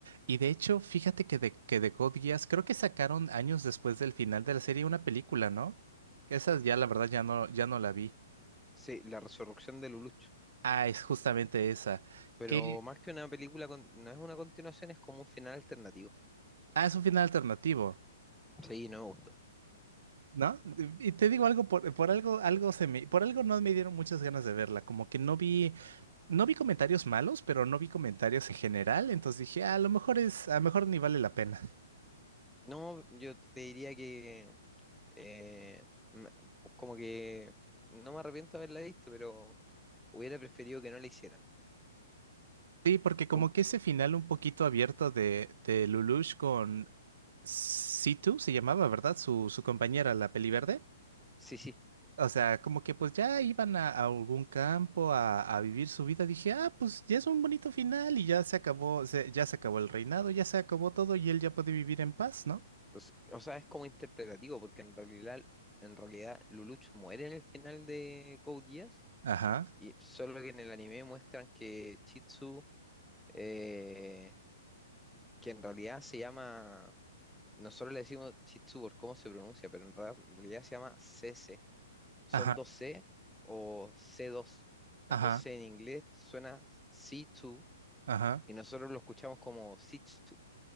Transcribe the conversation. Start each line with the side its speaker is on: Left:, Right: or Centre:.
Right: Y de hecho, fíjate que de, que de Code Geass, creo que sacaron años después del final de la serie una película, ¿no? Esa ya, la verdad, ya no, ya no la vi.
Centre: Sí, la resurrección de Lelouch.
Right: Ah, es justamente esa,
Centre: Pero
Right: que,
Centre: más que una película, con- no es una continuación, es como un final alternativo.
Right: ah, es un final alternativo.
Centre: Sí, no me gustó.
Right: ¿No? Y te digo algo, por, por algo, algo se me, por algo no me dieron muchas ganas de verla, como que no vi, No vi comentarios malos, pero no vi comentarios en general, entonces dije, "Ah, a lo mejor es, a lo mejor ni vale la pena.
Centre: No, yo te diría que eh, me- como que no me arrepiento de haberla visto, pero hubiera preferido que no la hicieran.
Right: Sí, porque como
Centre: Como-
Right: que ese final un poquito abierto de, de Lelouch con Situ, se llamaba, ¿verdad? Su, su compañera, la peliverde.
Centre: sí, sí.
Right: O sea, como que pues ya iban a, a algún campo a, a vivir su vida. Dije, ah, pues ya es un bonito final y ya se acabó, se- ya se acabó el reinado, ya se acabó todo y él ya puede vivir en paz, ¿no?
Centre: O s- o sea, es como interpretativo, porque en realidad, en realidad Lelouch muere en el final de Code Geass,
Right: Ajá,
Centre: y solo que en el anime muestran que Chitsu, eh, que en realidad se llama, nosotros le decimos Chitsu por cómo se pronuncia, pero en ra- realidad se llama CC son
Right: ajá,
Centre: 2C o c dos
Right: ajá,
Centre: Entonces en inglés suena C2
Right: ajá.
Centre: y nosotros lo escuchamos como C2,